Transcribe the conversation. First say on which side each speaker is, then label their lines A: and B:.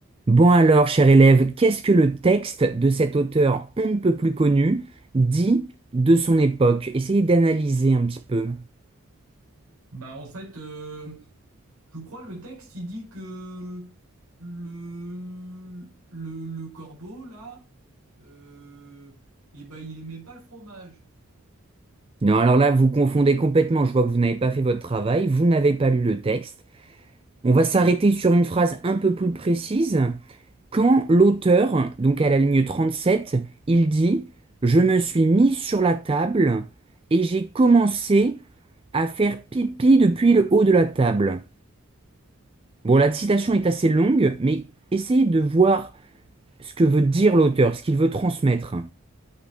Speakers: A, on the right; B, on the right.
A: Bon alors, cher élève, qu'est-ce que le texte de cet auteur on ne peut plus connu dit de son époque? Essayez d'analyser un petit peu.
B: Bah en fait, euh, je crois le texte il dit que le le, le corbeau là, euh, eh ben il aimait pas le fromage.
A: Non, alors là, vous confondez complètement. Je vois que vous n'avez pas fait votre travail, vous n'avez pas lu le texte. On va s'arrêter sur une phrase un peu plus précise. Quand l'auteur, donc à la ligne 37, il dit, Je me suis mis sur la table et j'ai commencé à faire pipi depuis le haut de la table. Bon, la citation est assez longue, mais essayez de voir ce que veut dire l'auteur, ce qu'il veut transmettre.